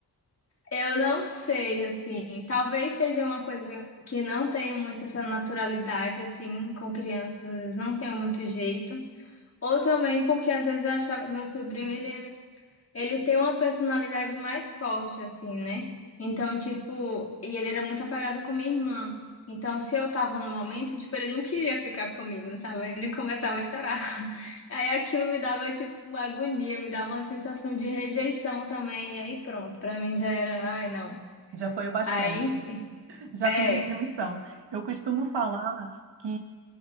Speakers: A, on the left; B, on the right.
A: Eu não sei, assim, talvez seja uma coisa que não tenho muito essa naturalidade, assim, com crianças, às vezes não tenho muito jeito. Ou também porque às vezes eu achava, meu sobrinho, ele, ele tem uma personalidade mais forte, assim, né? Então, tipo, e ele era muito apegado com minha irmã. Então, se eu tava no momento, tipo, ele não queria ficar comigo, sabe? Ele começava a chorar. <laughs> Aí aquilo me dava, tipo, uma agonia, me dava uma sensação de rejeição também. E aí pronto, pra mim já era, ai, não.
B: Já foi o bastante.
A: Aí, enfim.
B: Já
A: É,
B: cumpri minha missão. Eu costumo falar que